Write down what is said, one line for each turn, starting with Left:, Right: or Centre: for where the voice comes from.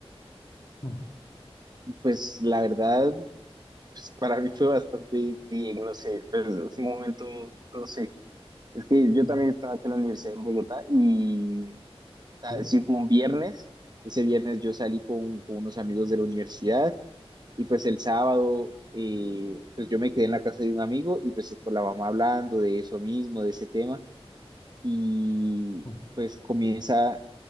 Left: <clears throat>
Right: Pues la verdad, pues para mí fue bastante bien, no sé, pero fue un momento, no sé. Es que
Left: Mm,
Right: yo
Left: mm,
Right: también estaba acá en la universidad en Bogotá y
Left: ¿Sí?
Right: Ah, sí fue un viernes, ese viernes yo salí con, con unos amigos de la universidad y pues el sábado eh, pues yo me quedé en la casa de un amigo y pues con la mamá hablando de eso mismo, de ese tema y
Left: <clears throat> mm,
Right: pues comienza